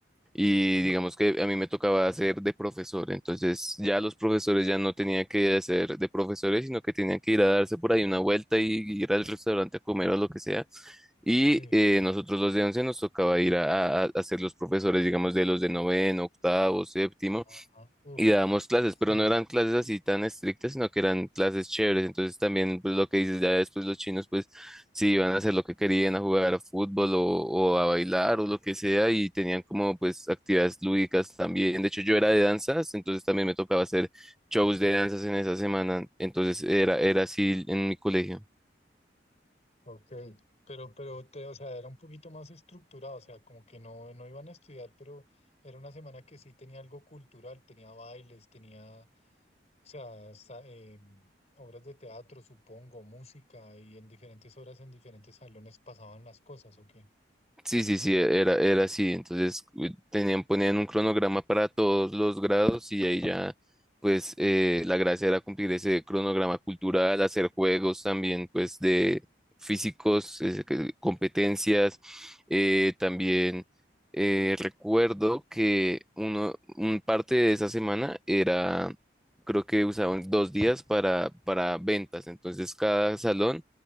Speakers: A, in the centre; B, on the left (about 35°).
A: y
B: Ujú,
A: digamos que a mí me tocaba hacer de profesor, entonces ya los profesores ya no tenían que hacer de profesores, sino que tenían que ir a darse por ahí una vuelta y ir al restaurante a comer o lo que sea. Y
B: Sí.
A: eh, nosotros los de once nos tocaba ir a, a, a ser los profesores, digamos, de los de noveno, octavo, séptimo
B: Ajá, uf,
A: y dábamos clases,
B: sí.
A: pero no eran clases así tan estrictas, sino que eran clases chéveres. Entonces también, pues lo que dices, ya después los chinos, pues sí iban a hacer lo que querían, a jugar a fútbol o, o a bailar o lo que sea, y tenían como pues actividades lúdicas también. De hecho, yo era de danzas, entonces también me tocaba hacer shows de danzas en esa semana. Entonces era, era así en mi colegio.
B: Ok, pero, pero te, o sea, era un poquito más estructurado, o sea, como que no, no iban a estudiar, pero era una semana que sí tenía algo cultural, tenía bailes, tenía, o sea, sa- eh, obras de teatro, supongo, música, y en diferentes horas, en diferentes salones pasaban las cosas, ¿o qué?
A: Sí, sí, sí, era, era así. Entonces u- tenían, ponían un cronograma para todos los grados y ahí ya, pues eh, la gracia era cumplir ese cronograma cultural, hacer juegos también, pues de físicos, eh, que- competencias. eh, también eh, recuerdo que uno, un parte de esa semana era, creo que usaban dos días para, para ventas. Entonces cada salón